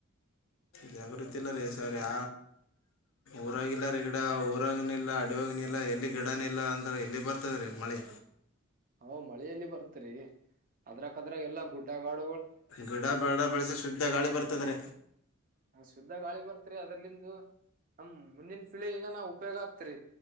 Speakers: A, on the left; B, on the right.
A: ಜಾಗೃತಿ ಇಲ್ಲ ರೀ ಸರ್ ಯ ಊರಾಗಿಲ್ಲ ರೀ ಗಿಡ ಊರಾಗನ ಇಲ್ಲ ಅಡಿಯಾಗನ ಇಲ್ಲ ಎಲ್ಲಿ ಗಿಡನ ಇಲ್ಲ ಅಂತ್ರ ಎಲ್ಲಿ ಬರ್ತದ ರೀ ಮಳಿ
B: ಹ ಮಳೆಯಲ್ಲಿ ಬರ್ತ್ರಿ ಅದ್ರಕ್ಕದ್ರ ಎಲ್ಲಾ ಗುಡ್ಡಗಾಡು
A: ಗಿಡ ಬೇಡ ಬಳಸಿ ಶುದ್ಧ ಗಾಳಿ ಬರ್ತದ
B: ಶುದ್ಧ ಗಾಳಿ ಬರ್ತ್ರಿ ಅದ್ರಲ್ಲಿಂದು ಹ ಮುಂದಿನ ಳಿ ಈಗ ನಾವ ಉಪಯೋಗ ಆತ್ರಿ